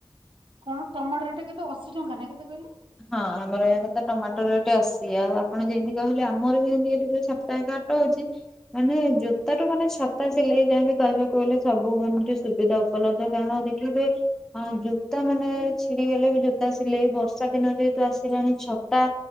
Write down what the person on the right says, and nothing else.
କଣ ଟମାଟୋ ରେଟେ କେତେ ଅଶୀ ଟଙ୍କା ନା କେତେ କହିଲେ?